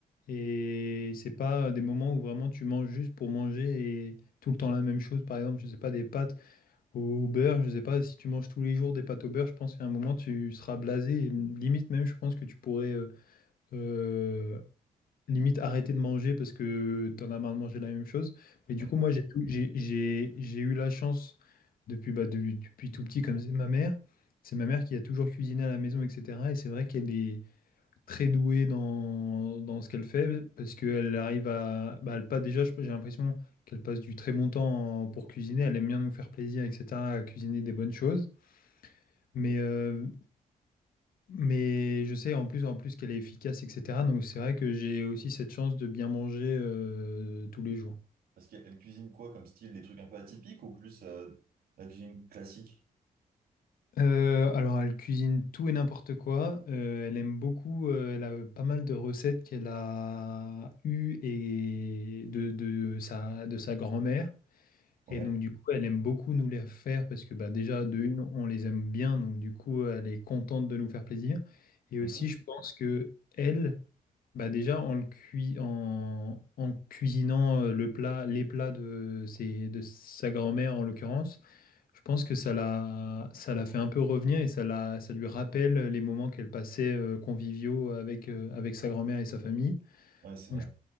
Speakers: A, on the left; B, on the right.
A: Et c'est pas des moments où vraiment tu manges juste pour manger et tout le temps la même chose. Par exemple, je sais pas, des pâtes. Au beurre, je sais pas, si tu manges tous les jours des pâtes au beurre, je pense qu'à un moment tu seras blasé. Et limite même, je pense que tu pourrais euh, euh, limite arrêter de manger parce que t'en as marre de manger la même chose. Mais du
B: Ouais.
A: coup, moi, j'ai tout- j'ai, j'ai- j'ai eu la chance depuis, bah, de- depuis tout petit, comme c'est ma mère. C'est ma mère qui a toujours cuisiné à la maison, etc. Et c'est vrai qu'elle est, très douée dans, dans ce qu'elle fait parce qu'elle arrive à. Bah, elle passe, déjà, je- j'ai l'impression qu'elle passe du très bon temps pour cuisiner. Elle aime bien nous faire plaisir, etc., à cuisiner des bonnes choses. Mais, euh, mais je sais en plus, en plus qu'elle est efficace, etc. Donc c'est vrai que j'ai aussi cette chance de bien manger euh, tous les jours.
B: Parce qu'elle cuisine quoi comme style? Des trucs un peu atypiques ou plus euh, la cuisine classique?
A: Euh, alors, elle cuisine tout et n'importe quoi. Euh, elle aime beaucoup. euh, elle a pas mal de recettes qu'elle a eues et de, de sa, de sa grand-mère.
B: Ouais.
A: Et donc, du coup, elle aime beaucoup nous les faire parce que bah, déjà, de une, on les aime bien. Donc, du coup, elle est contente de nous faire plaisir. Et
B: Mhm.
A: aussi, je pense que elle, bah, déjà, en, le cui- en, en cuisinant euh, le plat, les plats de, ses, de sa grand-mère, en l'occurrence, je pense que ça l'a, ça l'a fait un peu revenir et ça l'a, ça lui rappelle les moments qu'elle passait euh, conviviaux avec, euh, avec sa grand-mère et sa famille.
B: Ouais, c'est
A: Donc
B: vrai.
A: je,